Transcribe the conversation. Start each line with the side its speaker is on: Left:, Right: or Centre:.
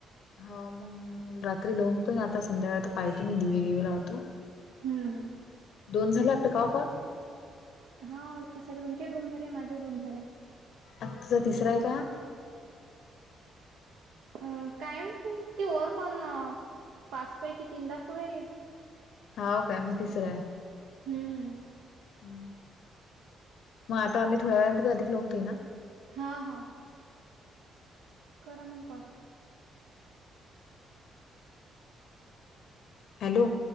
Left: हाव का मग रात्री लावून पण आता संध्याकाळ तर पाहतो मी दिवे, गिवे लावतो.
Right: हम्मं हम्मं
Left: दोन झाले आंता कांव पणं
Right: हां तुमचे दोन झाले माझे दोन झाले.
Left: आजचं तिसरं आहे कां हां
Right: अंम कायं माहिती वरं पणं पांच पैकी तीनं दाकूंण राहिले.
Left: हांव कायं मंग तिसरं आहे.
Right: हम्म
Left: हं मंग आंता मी थोड्यां वेळां नं तरी अधिक लावूंन पाहिन
Right: हां हां करां मंग कॉल.
Left: हॅलो